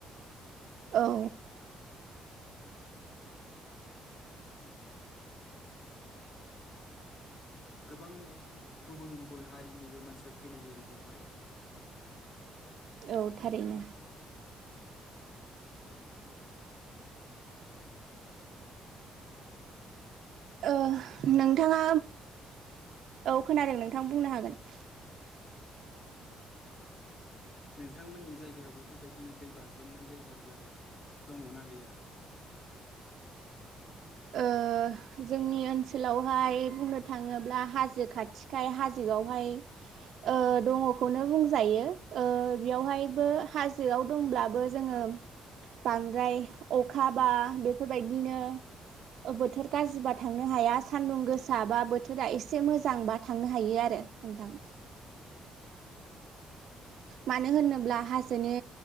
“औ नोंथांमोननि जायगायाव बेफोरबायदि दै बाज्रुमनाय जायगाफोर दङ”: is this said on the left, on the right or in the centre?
Left